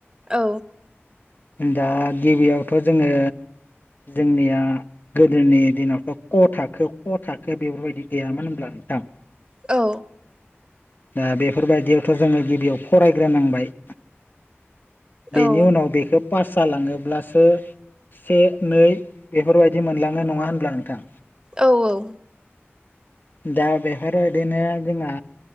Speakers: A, on the right (about 20°); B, on the left (about 45°).
A: औ
B: दा गिबियावथ' जोङो जोंनिया गोदोनि दिनावथ' क थाखो ख थाखो बेफोरबायदि गैयामोन होनब्ला थां
A: औ
B: दा बेफोरबायदियावथ' जोङो गिबियाव फरायग्रोनांबाय बेनि
A: औ
B: उनाव बेखौ पास जालाङोब्लासो से नै बेफोरबायदि मोनलाङो नङा होनब्ला नोंथां
A: औ औ
B: दाउ बेहाव बिदिनो जोंहा